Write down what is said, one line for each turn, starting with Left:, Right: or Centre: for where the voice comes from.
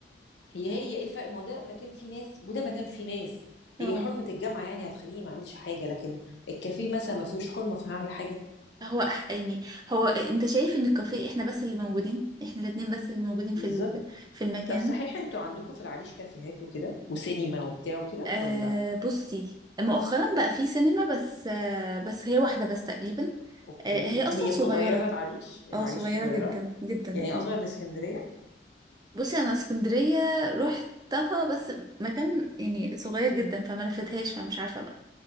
Left: هي هي ايه الفرق ما هو ده مكان فيه ناس وده مكان فيه ناس
Right: <laughs> اه
Left: هي حرمة الجامعة يعني هتخليني ما اعملش حاجة لكن الكافيه مثلا ما فيهوش حرمة فهعمل حاجة
Right: هو أح- يعني هو انت شايف ان الكافيه احنا بس اللي موجودين احنا الاتنين بس اللي موجودين في
Left: بالظبط
Right: ال- في المكان
Left: طب صحيح انتوا عندكم في العريش كافيهات وكده وسينما وبتاع وكده
Right: آه
Left: ولا لأ؟
Right: بصي مؤخرا بقى في سينما بس آه بس هي واحدة بس تقريبا
Left: اوكي
Right: آه هي اصلا
Left: هي
Right: صغيرة
Left: صغيرة العريش العريش
Right: اه صغيرة
Left: صغيرة
Right: جدا جدا
Left: يعني
Right: اه
Left: اصغر من اسكندرية
Right: بصي انا اسكندرية روحتها بس مكان يعني صغير جدا فما لفتهاش فمش عارفة بقى